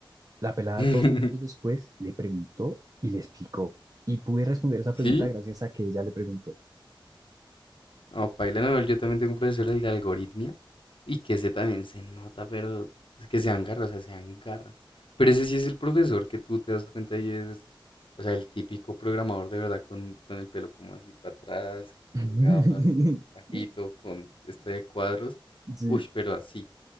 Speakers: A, on the right; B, on the left.
A: La pelada
B: <laughs>
A: dos minutos después le preguntó y le explicó. Y pude responder esa
B: ¿Sí?
A: pregunta gracias a que ella le preguntó.
B: No, paila, no, yo también tengo un profesor el de algoritmia y que ese también se nota, pero es que se agarra, o sea, se agarra. Pero ese sí es el profesor que tú te das cuenta y es, o sea, el típico programador de verdad con, con el pelo como así para atrás,
A: <laughs>
B: con gafas, bajito, con este de cuadros.
A: Sí,
B: Uy, pero así.